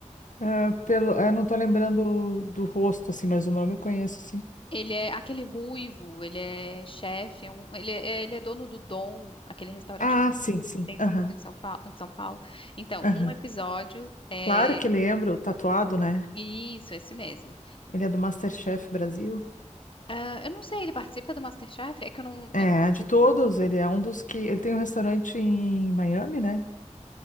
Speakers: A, on the left; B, on the left.
A: Ah, pelo, eu não tô lembrando do rosto, assim, mas o nome eu conheço, sim.
B: Ele é aquele ruivo, ele é chefe, é um- ele, é, ele é dono do Dom, aquele restaurante
A: Ah, sim, sim,
B: bem
A: aham,
B: famoso em São, Fa- em São Paulo. Então,
A: aham.
B: um episódio é
A: Claro que lembro, tatuado, né?
B: isso, esse mesmo.
A: Ele é do MasterChef Brasil.
B: Ah, eu não sei, ele participa do MasterChef? É que eu não,
A: É,
B: eu não assisto
A: de todos,
B: MasterChef.
A: ele é um dos que. Ele tem um restaurante em Miami, né?